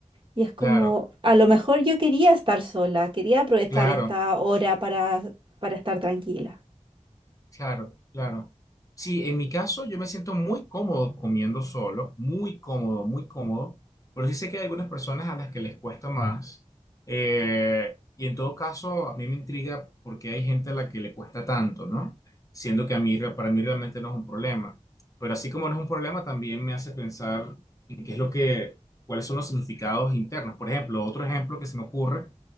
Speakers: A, on the right (about 45°); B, on the left (about 25°).
A: Y es como,
B: claro,
A: a lo mejor yo quería estar sola, quería aprovechar
B: claro.
A: esta hora para, para estar tranquila.
B: Claro, claro. Sí, en mi caso yo me siento muy cómodo comiendo solo, muy cómodo, muy cómodo, pero sí sé que hay algunas personas a las que les cuesta más. Eh, y en todo caso, a mí me intriga por qué hay gente a la que le cuesta tanto, ¿no? Siendo que a mí, re- para mí realmente no es un problema. Pero así como no es un problema, también me hace pensar en qué es lo que, cuáles son los significados internos. Por ejemplo, otro ejemplo que se me ocurre